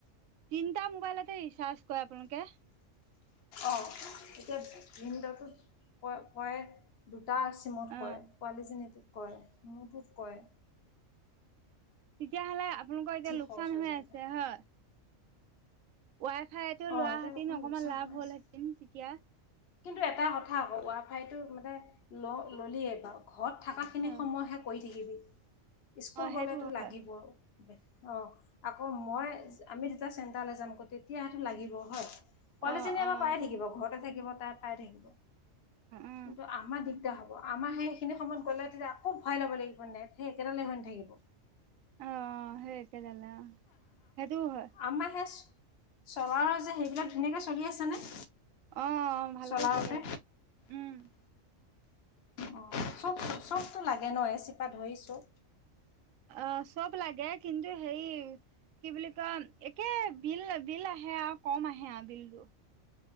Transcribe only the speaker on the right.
তিনটা মোবাইলতে ৰিচাৰ্জ ক‌য়ে আপোনালোকে।
অ
তেতিয়াহ'লে আপোনালোকৰ এতিয়া লোকচান
হৈ
আছে হয়? ৱাই ফাইতো
লোৱা
হেঁতিন অকমান
লাভ
হ'লহেঁতিন
তিতিয়া।
অ
অ সেইটো
হয়
অ অ অ
অ
অ', অ' হেই একেডালে অ'। সেইটোও হয়।
অ', অ' ভালকে
চলি আছে, উম।
অ' চব লাগে কিন্তু হেৰি কি বুলি কয় একে বিল বিল আহে আউ, কম আহে আউ বিলটো।